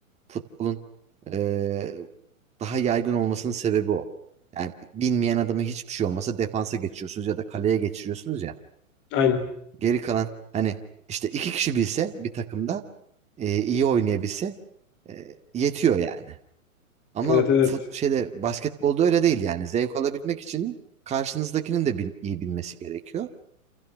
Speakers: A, on the right; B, on the left.
A: futbolun eee, daha yaygın olmasının sebebi o. Yani bilmeyen adamı hiçbir şey olmasa defansa geçiyorsunuz ya da kaleye geçiriyorsunuz ya.
B: Aynen.
A: Geri kalan hani işte iki kişi bilse bir takımda e, iyi oynayabilse e, yetiyor yani. Ama
B: Evet evet.
A: fut, şeyde basketbolda öyle değil yani. Zevk alabilmek için karşınızdakinin de bil- iyi bilmesi gerekiyor.